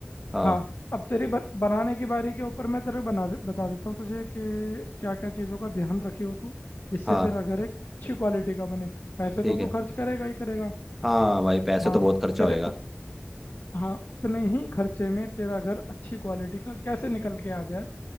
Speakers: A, in the centre; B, on the left.
A: हाँ
B: हाँ अब तेरी ब, बनाने की बारी के ऊपर मैं तेरे बना दे, बता देता हूँ तुझे कि क्या क्या चीज़ों का ध्यान रखी हो तू जिससे
A: हाँ
B: तेरा घर एक अच्छी क्वालिटी का बने पैसे
A: ठीक
B: तो तू
A: है
B: खर्च करेगा ही करेगा
A: हाँ भाई पैसे
B: हाँ
A: तो बहुत खर्चा
B: तेरे
A: होएगा
B: उत, हाँ उतने ही खर्चे में तेरा घर अच्छी क्वालिटी का कैसे निकल के आ जाए